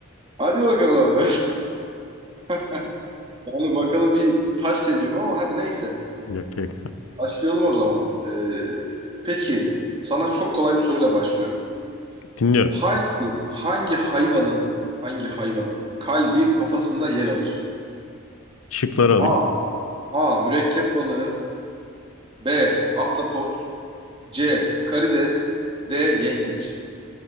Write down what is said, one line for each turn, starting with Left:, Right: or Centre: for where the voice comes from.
Right: Hadi bakalım. <laughs> Yani bakalım bir taş seziyorum ama hadi neyse.
Left: <laughs> Yok yok.
Right: Başlayalım o zaman. E, peki sana çok kolay bir soruyla başlıyorum.
Left: Dinliyorum.
Right: Hangi hangi hayvanın hangi hayvanın kalbi kafasında yer alır?
Left: Şıkları alayım.
Right: A. A. Mürekkep balığı. B. Ahtapot. C. Karides. D. Yengeç.